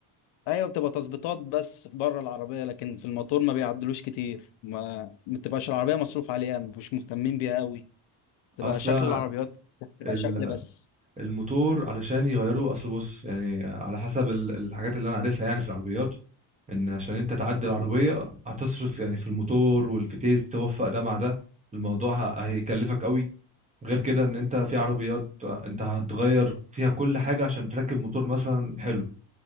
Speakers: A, on the left; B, on the right.
A: ايوه بتبقى تظبيطات بس بره العربية لكن في الموتور ما بيعدلوش كتير ما ما بتبقاش العربية مصروف عليها مش مهتمين بيها قوي تبقى
B: اصلا
A: شكل العربيات بتبقى
B: ال-
A: شكل بس
B: الموتور علشان يغيروا اصل بص يعني على حسب ال- الحاجات اللي انا عارفها يعني في العربيات ان عشان انت تعدل العربيه هتصرف يعني في الموتور والفتيس توفق ده مع ده الموضوع ه- هيكلفك قوي غير كده ان انت في عربيات انت هتغير فيها كل حاجه عشان تركب موتور مثلا حلو